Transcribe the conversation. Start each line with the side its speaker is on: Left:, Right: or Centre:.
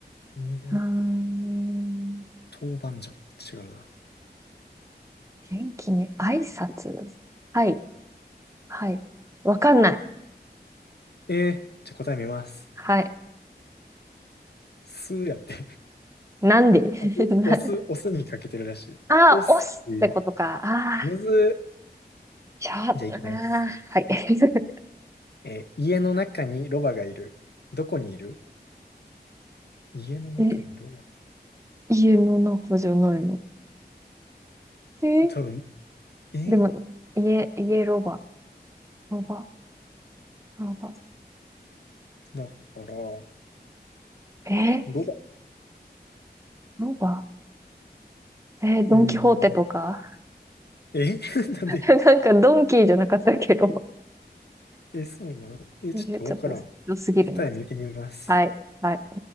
Left: ーん。
Right: うーん。
Left: 豆板醤。違うな。
Right: 元気に挨拶。はい、はい。わかんない。
Left: えー、じゃあ答え見ます。
Right: はい。
Left: 酢やって。
Right: なんで <laughs>
Left: あ、お、
Right: な
Left: お酢、お酢にかけてるらしい。
Right: ああ、
Left: お酢っていう。
Right: 押すってことか。ああ、
Left: むず
Right: ちょ、ああ、
Left: ー。じゃあいきます。
Right: はい。<laughs>
Left: えー家の中にロバがいる。どこにいる家の中にロバ。
Right: え、家の中じゃないのえ
Left: 多分、えー
Right: でも、家、家ロバ。ロバ、ロバ。
Left: だから、ロ
Right: え
Left: バ
Right: ロバえドンキホーテとか。
Left: うん。え <laughs> なんで
Right: <laughs> なんか、ドンキーじゃなかったっけ、ロバ。
Left: え、そうなんえ、ちょっとわからん。
Right: えちょっと、良すぎるな。
Left: 答え見てみます。
Right: はい、はい。